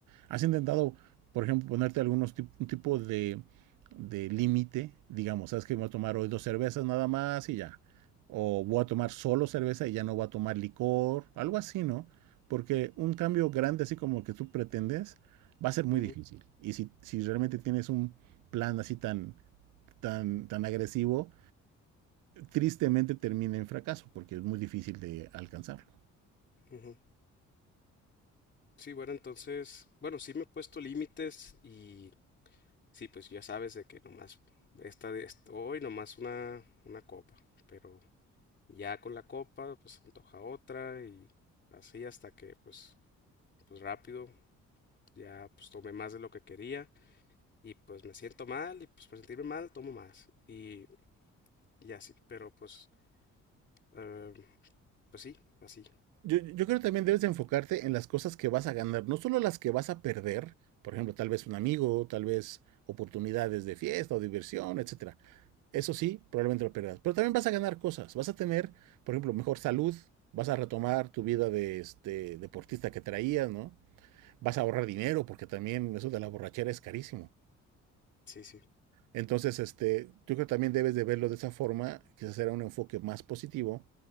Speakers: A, on the right; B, on the left.
A: ¿Has intentado, por ejemplo, ponerte algunos tip un tipo de, de límite? Digamos, ¿sabes que voy a tomar hoy dos cervezas nada más y ya? O voy a tomar solo cerveza y ya no voy a tomar licor, algo así, ¿no? Porque un cambio grande así como el que tú pretendes va a ser muy
B: ujú,
A: difícil. Y si, si realmente tienes un plan así tan, tan, tan agresivo, tristemente termina en fracaso porque es muy difícil de alcanzarlo.
B: ujú. Sí, bueno, entonces, bueno, sí me he puesto límites y Sí, pues ya sabes de que nomás esta de esto- hoy nomás una, una copa, pero ya con la copa pues se antoja otra y así hasta que pues pues rápido ya pues tomé más de lo que quería y pues me siento mal y pues para sentirme mal tomo más y, y así, pero pues eh, pues sí, así.
A: Yo, yo creo que también debes de enfocarte en las cosas que vas a ganar, no solo las que vas a perder, por ejemplo, tal vez un amigo, tal vez oportunidades de fiesta o diversión, etcétera Eso sí, probablemente lo perderás, pero también vas a ganar cosas, vas a tener, por ejemplo, mejor salud, vas a retomar tu vida de este deportista que traías, ¿no? Vas a ahorrar dinero porque también eso de la borrachera es carísimo.
B: Sí, sí.
A: Entonces, este, yo creo que también debes de verlo de esa forma, quizás será un enfoque más positivo,